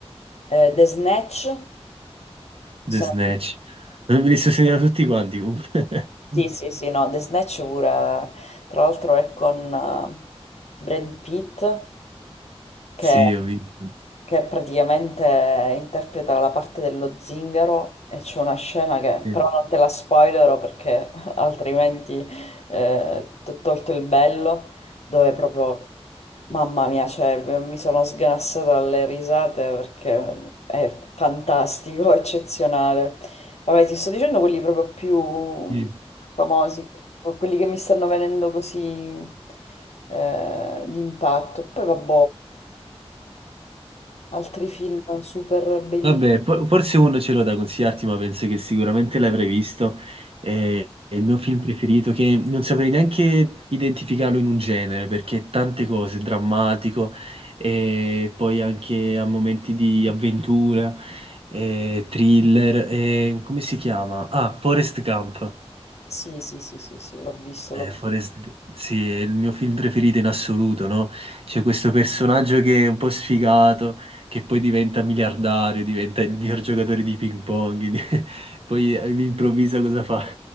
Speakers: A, on the left; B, on the right.
A: eh, The Snatch, che
B: The
A: sono
B: Snatch. Non me li sto segnando tutti quanti comunque. <laughs>
A: Sì, sì, sì, no, The Snatch pure, tra l'altro è con eh, Brad Pitt che,
B: Sì, ho visto.
A: che praticamente interpreta la parte dello zingaro e c'è una scena che
B: Sì.
A: però non te la spoilerò perché <laughs> altrimenti eh, ti ho tolto il bello, dove proprio, mamma mia, cioè, mi sono sganassata dalle risate perché è fantastico, <laughs> eccezionale. Vabbè, ti sto dicendo quelli proprio più
B: Sì.
A: famosi, quelli che mi stanno venendo così eh, di impatto. Poi vabbè, altri film super bellissimi.
B: Vabbè, for- forse uno ce l'ho da consigliarti, ma penso che sicuramente l'avrai visto. È è il mio film preferito, che non saprei neanche identificarlo in un genere, perché è tante cose, è drammatico, e poi anche a momenti di avventura, e thriller, e come si chiama? Ah, Forest Gump.
A: Sì, sì, sì, sì, sì, l'ho visto,
B: Eh,
A: l'ho
B: Forrest G- sì, è il mio film preferito in assoluto, no? C'è questo personaggio che è un po' sfigato, che poi diventa miliardario, diventa il miglior giocatore di ping pong, <laughs> poi all'improvviso cosa fa?